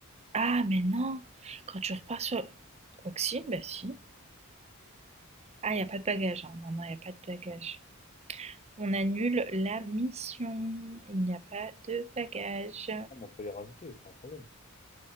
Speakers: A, on the right (about 30°); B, on the left (about 35°).
A: Ah, mais non, quand tu repars sur. Quoi que si, bah si. Ah, il n'y a pas de bagage, hein. Non, non, il n'y a pas de bagage. On annule la mission. Il n'y a pas de bagages.
B: Ah, mais on peut les rajouter, c'est pas un problème.